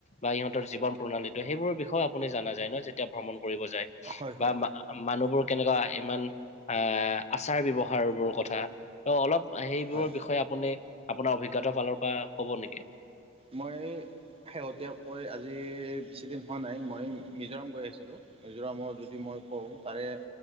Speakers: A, on the left; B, on the right.
A: বা ইহঁতৰ জীৱন প্ৰণালীটো সেইবোৰৰ বিষয়েও আপুনি জানা যায় ন যেতিয়া ভ্ৰমণ কৰিব যায়?
B: হয় হয়
A: বা মা মানুহবোৰ কেনেকুৱা ইমান আহ আচাৰ ব্যৱহাৰবোৰৰ কথা ত অলপ সেইবোৰৰ
B: হয়
A: বিষয়ে আপুনি আপোনাৰ অভিজ্ঞতাৰ ফালৰ পৰা কব নেকি?
B: মই শেহতীয়াকৈ আজি বেছিদিন হোৱা নাই, মই মিজোৰাম গৈ আহিছিলোঁ। মিজোৰামত যদি মই কওঁ তাৰে